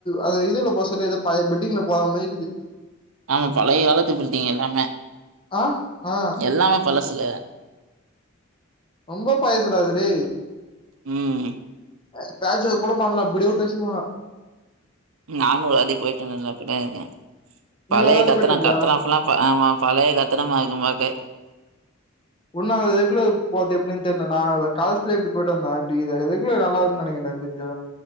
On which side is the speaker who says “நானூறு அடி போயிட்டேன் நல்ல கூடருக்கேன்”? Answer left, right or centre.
Right